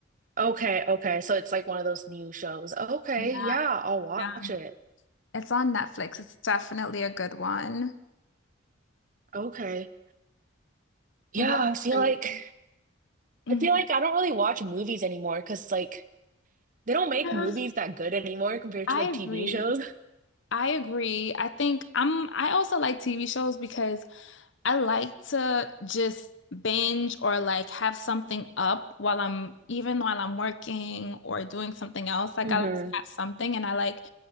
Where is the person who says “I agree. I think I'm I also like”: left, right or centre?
Left